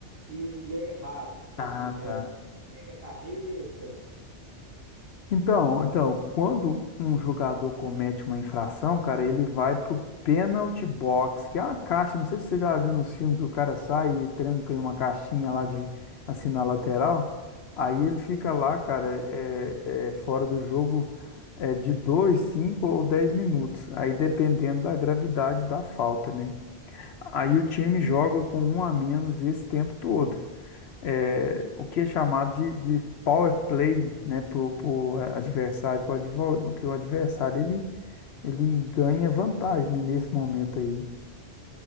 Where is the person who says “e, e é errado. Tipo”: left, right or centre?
Right